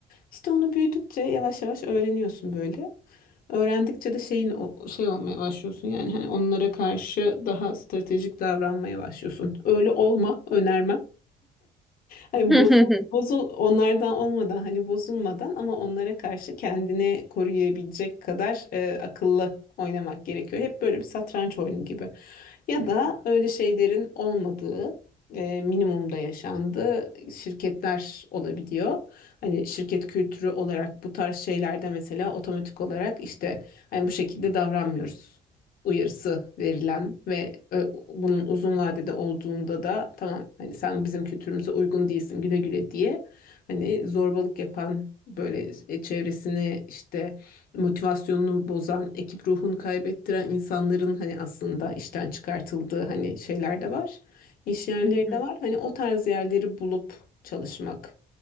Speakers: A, on the left (about 60°); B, in the centre.
A: İşte onu büyüdükçe yavaş yavaş öğreniyorsun böyle. Öğrendikçe de şeyin o- şey olmaya başlıyorsun yani hani onlara karşı daha stratejik davranmaya başlıyorsun. Öyle olma, önermem. Hani
B: <laughs>
A: bozul, bozul onlardan olmadan hani bozulmadan ama onlara karşı kendini koruyabilecek kadar e, akıllı oynamak gerekiyor. Hep böyle bir satranç oyunu gibi. Ya da öyle şeylerin olmadığı e, minimumda yaşandığı şirketler olabiliyor. Hani şirket kültürü olarak bu tarz şeylerde mesela otomatik olarak işte hani bu şekilde davranmıyoruz uyarısı verilen ve e, bunun uzun vadede olduğunda da tamam hani sen bizim kültürümüze uygun değilsin güle güle diye hani zorbalık yapan böyle e, çevresini işte motivasyonunu bozan ekip ruhunu kaybettiren insanların hani aslında işten çıkartıldığı hani şeyler de var iş yerleri
B: Hı hı.
A: de var hani o tarz yerleri bulup çalışmak